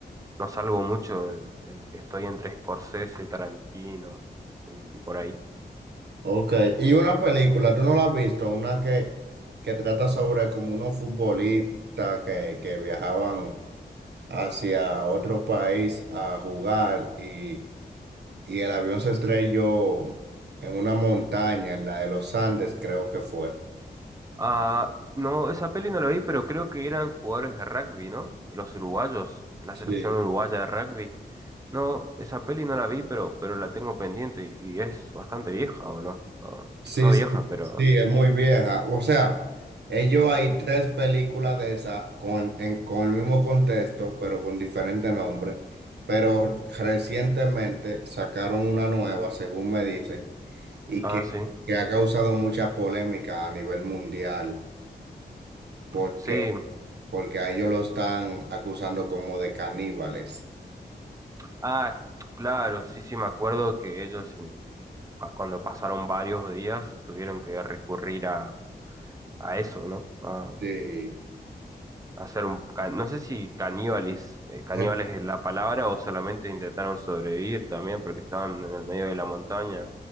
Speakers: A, on the right; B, on the right.
A: No salgo mucho, de- en- estoy entre Scorsese, Tarantino y, y por ahí.
B: Ok, y una película, ¿tú no la has visto? Una que, que trata sobre como unos futbolistas que, que viajaban hacia otro país a jugar y, y el avión se estrelló en una montaña, en la de los Andes, creo que fue.
A: Ah, no, esa peli no la vi, pero creo que eran jugadores de rugby, ¿no? Los uruguayos, la
B: Sí.
A: selección uruguaya de rugby. No, esa peli no la vi, pero, pero la tengo pendiente y, y es bastante vieja, ¿o no? Ah,
B: Sí,
A: no vieja,
B: sí,
A: pero...
B: sí, es muy vieja. O sea, ellos hay tres películas de esa con, en- con el mismo contexto, pero con diferente nombre. Pero recientemente sacaron una nueva, según me dicen, y
A: Ah,
B: que,
A: sí.
B: que ha causado mucha polémica a nivel mundial, porque,
A: Sí.
B: porque a ellos lo están acusando como de caníbales.
A: Ah, claro, sí, sí, me acuerdo que ellos en- pa- cuando pasaron varios días tuvieron que recurrir a, a eso, ¿no? A,
B: Sí.
A: a hacer un... ca- No sé si caníbales, eh, caníbales
B: Eh,
A: es la palabra o solamente intentaron sobrevivir también porque estaban en el medio de la montaña